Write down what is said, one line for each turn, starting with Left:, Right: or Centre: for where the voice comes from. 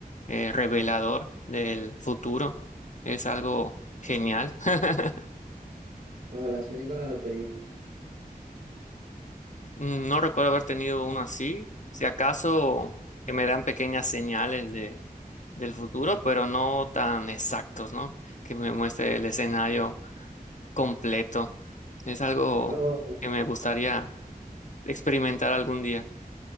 Left: eh, revelador del futuro. Es algo genial. <laughs>
Right: ojalá sueñe con la lotería.
Left: No recuerdo haber tenido uno así. Si acaso que me dan pequeñas señales de, del futuro, pero no tan exactos, ¿no? Que me muestre el escenario completo. Es algo
Right: No.
Left: que me gustaría experimentar algún día.